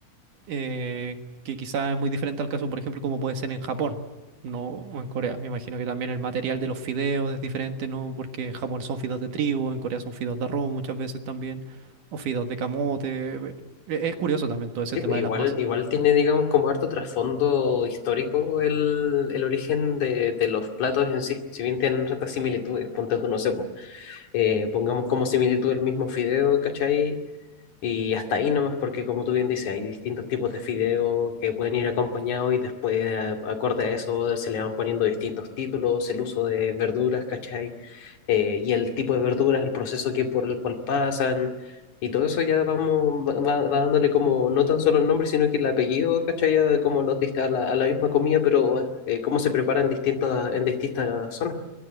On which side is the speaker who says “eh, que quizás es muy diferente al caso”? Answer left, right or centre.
Right